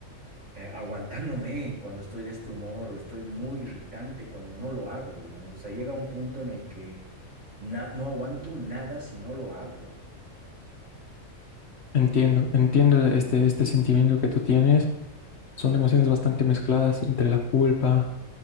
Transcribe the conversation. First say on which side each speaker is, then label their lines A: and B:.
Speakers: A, on the right; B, on the left.
A: eh, aguantándome cuando estoy de este humor, estoy muy irritante cuando no lo hago, digamos. O sea, llega un punto en el que na- no aguanto nada si no lo hago.
B: Entiendo, entiendo este, este sentimiento que tú tienes. Son emociones bastante mezcladas entre la culpa,